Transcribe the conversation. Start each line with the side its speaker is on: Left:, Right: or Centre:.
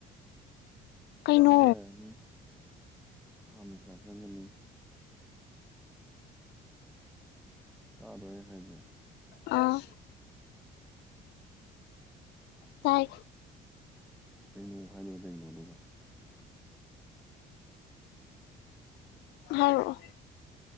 Left: ꯀꯩꯅꯣ
Centre: ꯔꯥ ꯂꯩꯔꯅꯤ ꯑꯃꯨꯛ ꯄꯩꯁꯥ ꯆꯪꯉꯅꯤ꯫ ꯇꯥꯔꯣꯏ ꯑꯩ ꯍꯥꯏꯁꯦ?
Left: ꯑꯥ ꯇꯥꯏ꯫
Centre: ꯀꯩꯅꯣ ꯍꯥꯏꯗꯣꯅ ꯀꯩꯅꯣ ꯑꯗꯨꯒ꯫
Left: <inaudible> ꯍꯥꯏꯔꯛꯑꯣ꯫